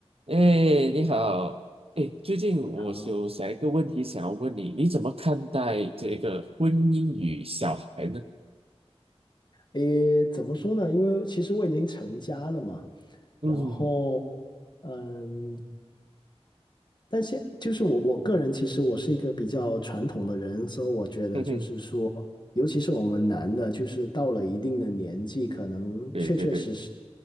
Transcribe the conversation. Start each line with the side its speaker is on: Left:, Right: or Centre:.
Right: 哎，你好，
Left: 好，
Right: 哎，最近我有想一个问题想要问你，
Left: 你好，
Right: 你怎么看待这个婚姻与小孩呢？
Left: 诶，怎么说呢？因为其实我已经成家了嘛，
Right: 嗯哼哼，
Left: 然后，嗯，但现就是我我个人，其实我是一个比较传统的人，所以我觉得就是说，
Right: 嗯哼，
Left: 尤其是我们男的，就是到了一定的年纪，可能确确实实，
Right: 对对对，